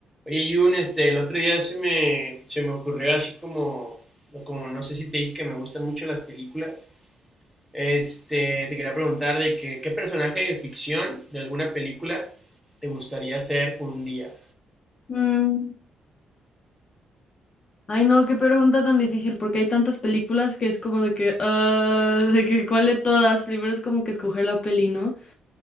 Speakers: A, in the centre; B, on the left.
A: Oye, Jun, este, el otro día se me, se me ocurrió así como, como no sé si te dije que me gustan mucho las películas. Este, te quería preguntar de que, qué personaje de ficción de alguna película te gustaría ser por un día.
B: Mm, Ay, no, qué pregunta tan difícil, porque hay tantas películas que es como de que, ah, <laughs> de que cuál de todas, primero es como que escoger la peli, ¿no?